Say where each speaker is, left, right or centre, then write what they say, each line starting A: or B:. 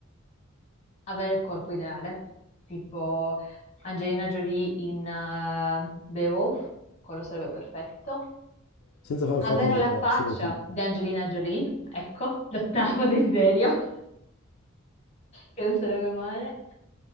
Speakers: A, on the left (about 30°); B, on the left (about 75°).
A: avere il corpo ideale, tipo Angelina Jolie in eh, Beowulf, quello sarebbe perfetto.
B: senza far fatica,
A: Avere la faccia
B: soprattutto.
A: di Angelina Jolie, ecco, l'ottavo desiderio, <laughs> che non sarebbe male.